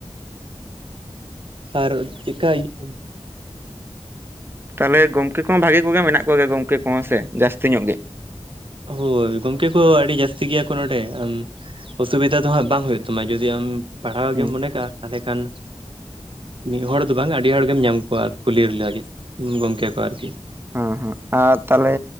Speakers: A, on the right; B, on the right.
A: ᱟᱨ ᱪᱤᱠᱟᱭ ᱦᱮᱸ
B: ᱛᱟᱞᱮ ᱜᱚᱢᱠᱮ ᱠᱚᱦᱚᱸ ᱵᱷᱟᱜᱮ ᱠᱚᱜᱮ ᱢᱮᱱᱟᱜ ᱠᱚᱜᱮᱭᱟ ᱜᱚᱢᱠᱮ ᱠᱚᱦᱚᱸ ᱥᱮ ᱡᱟᱹᱥᱛᱤ ᱧᱚᱜ ᱜᱮ
A: ᱦᱳᱭ ᱜᱚᱝᱠᱮ ᱠᱚ ᱟᱹᱰᱤ ᱡᱟᱹᱥᱛᱤ ᱜᱮᱭᱟ ᱠᱚ ᱱᱚᱸᱰᱮ ᱚᱥᱩᱵᱤᱫᱟ ᱫᱚ ᱦᱟᱸᱜ ᱵᱟᱝ ᱦᱩᱭᱩᱜ ᱛᱟᱢᱟ ᱡᱩᱫᱤ ᱟᱢ ᱯᱟᱲᱦᱟᱣ
B: ᱦᱩᱸ
A: ᱜᱮᱢ ᱢᱚᱱᱮ ᱠᱟᱜ ᱛᱟᱦᱚᱞᱮ ᱠᱷᱟᱱ ᱢᱤᱫ ᱦᱚᱲ ᱫᱚ ᱵᱟᱝ ᱟᱹᱰᱤ ᱦᱚᱲ ᱜᱮᱢ ᱧᱟᱢ ᱠᱚᱣᱟ ᱠᱩᱞᱤ ᱠᱚ ᱞᱟᱹᱜᱤᱫ ᱜᱚᱢᱠᱮ ᱠᱚ ᱟᱨ ᱠᱤ
B: ᱦᱮᱸ ᱦᱮᱸ ᱟᱨ ᱛᱟᱦᱚᱞᱮ